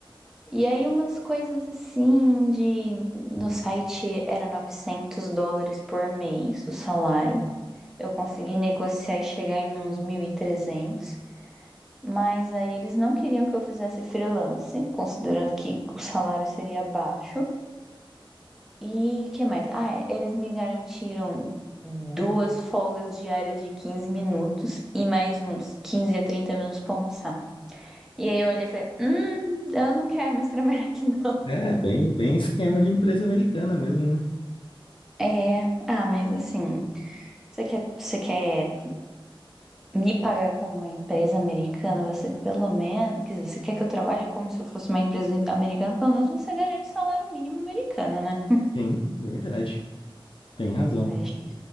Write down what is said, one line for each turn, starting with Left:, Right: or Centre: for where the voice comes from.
Centre: E aí umas coisas assim de no site era 900 dólares por mês o salário. Eu consegui negociar e chegar em uns 1.300. Mas aí eles não queriam que eu fizesse freelance, considerando que o salário seria baixo. E que mais? Ah, é, eles me garantiram duas folgas diárias de 15 minutos e mais uns 15 a 30 minutos pra almoçar. E aí eu olhei e falei, hum, eu não quero mais <laughs> trabalhar aqui não.
Left: É, bem, bem esquema de empresa americana mesmo, né?
Centre: É, ah, mas assim, você quer, você quer me pagar como uma empresa americana, você pelo menos, quer dizer, você quer que eu trabalhe como se eu fosse uma empresa americana, pelo menos você garante salário mínimo americano, né?
Left: Sim, verdade. Tem razão.
Centre: Aí Achei,